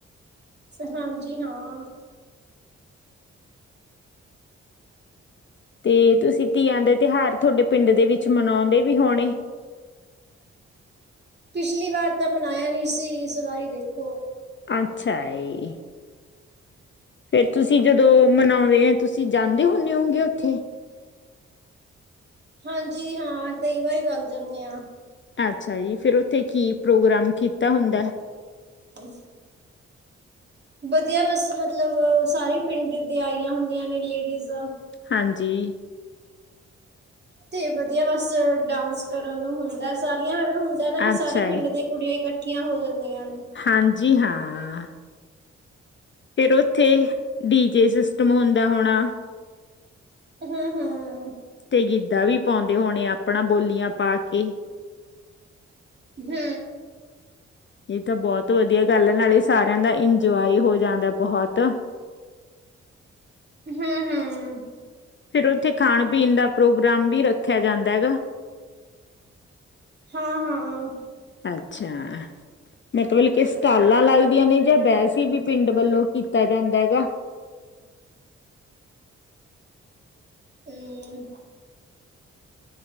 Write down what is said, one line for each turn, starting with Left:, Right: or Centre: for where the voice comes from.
Right: ਹਾਂਜੀ ਹਾਂ।
Left: ਤੇ ਤੁਸੀਂ ਤੀਆਂ ਦੇ ਤੇਹਾਰ ਤੋਹਡੇ ਪਿੰਡ ਦੇ ਵਿੱਚ ਮਨਾਓਂਦੇ ਵੀ ਹੋਣੇ।
Right: ਪਿਛਲੀ ਵਾਰ ਤਾਂ ਮਨਾਇਆ ਨੀ ਸੀ, ਇਸ ਵਾਰੀ ਦੇਖੋ
Left: ਅੱਛਾ ਏ। ਫੇਰ ਤੁਸੀਂ ਜਦੋਂ ਮਨਾਉਂਦੇ ਐ, ਤੁਸੀਂ ਜਾਂਦੇ ਹੁੰਦੇ ਹੁਣੇ ਹੋਗੇ ਓਂੱਥੇ।
Right: ਹਾਂਜੀ ਹਾਂ ਕਈ ਵਾਰੀ ਵੱਗ ਜਾਂਣੇ ਆਂ।
Left: ਅੱਛਾ ਜੀ, ਫਿਰ ਉੱਥੇ ਕੀ ਪ੍ਰੋਗਰਾਮ ਕੀਤਾ ਹੁੰਦਾ?
Right: ਅਸ ਵਧੀਆ ਬਸ ਮਤਲਬ ਸਾਰੇ ਪਿੰਡ ਦੀ ਆਈਆਂ ਹੁੰਦੀਆਂ ਨੇ ਲੇਡੀਸ।
Left: ਹਾਂਜੀ।
Right: ਤੇ ਵਧੀਆ ਬਸ ਡਾਂਸ ਕਰਨ ਨੂੰ ਹੁੰਦਾ। ਸਾਰੀਆਂ ਐਵੇਂ ਹੁੰਦਾ ਨਾ ਵੀ ਸਾਰੇ
Left: ਅੱਛਾ
Right: ਪਿੰਡ
Left: ਏ।
Right: ਦੇ ਕੁੜੀਆਂ ਇਕੱਠੀਆਂ ਹੋ ਜਂਦੀਆਂ ਨੇ।
Left: ਹਾਂਜੀ ਹਾਂ ਫੇਰ ਓੱਥੇ ਡੀਜੇ ਸਿਸਟਮ ਹੁੰਦਾ ਹੋਣਾ।
Right: ਹੂੰ-ਹੂੰ।
Left: ਤੇ ਗਿੱਧਾ ਵੀ ਪਾਓਂਦੇ ਹੋਣੇ, ਆਪਣਾ ਬੋਲੀਆਂ ਪਾ ਕੇ
Right: ਹੂੰ।
Left: ਏ ਤਾਂ ਬੋਤ ਵਧੀਆ ਗੱਲ ਏ ਨਾਲੇ ਸਾਰੇਆਂ ਦਾ ਇੰਜੋਏ ਹੋ ਜਾਂਦਾ ਬੋਹਤ।
Right: ਹੂੰ-ਹੂੰ।
Left: ਫੇਰ ਓੱਥੇ ਖਾਣ-ਪੀਣ ਦਾ ਪ੍ਰੋਗਰਾਮ ਵੀ ਰੱਖਿਆ ਜਾਂਦਾ ਹੈਗਾ।
Right: ਹਾਂ-ਹਾਂ।
Left: ਅੱਛਾ ਮਤਬਲ ਕੇ ਸਟਾਲਾਂ ਲੱਗਦੀਆਂ ਨੇ ਜਾਂ ਐ ਸੀ ਬੀ ਪਿੰਡ ਵੱਲੋਂ ਕੀਤਾ ਜਾਂਦਾ ਹੈਗਾ।
Right: ਉਮ